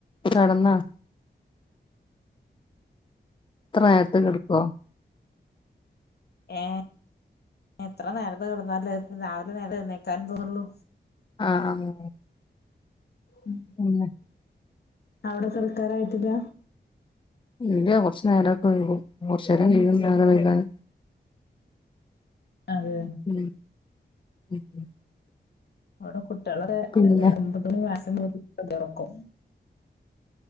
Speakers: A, on the left (about 25°); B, on the left (about 65°).
A: കെടന്നാ ഇത്ര നേരത്തെ കിടക്കോ
B: ഏഹ് എത്ര നേരത്തെ കെടന്നാലും രാവിലെ നേരത്തെ എണീക്കാനും തോന്നുള്ളൂ
A: ആഹ് ആഹ്
B: ഉം
A: പിന്നെ
B: അവിടെ കെടക്കാറായിട്ടില്ല
A: ഇല്ല കുറച്ച് നേരൊക്കെ വൈകും കുറച്ചേരം കൈയ്യും നേരവൈകാന്
B: അതെ
A: മ് മ്മ്
B: അവ്ടെ കുട്ടികളൊക്കെ
A: പിന്നെ
B: ഒമ്പത്മണി മാസം <unintelligible> ഒറക്കും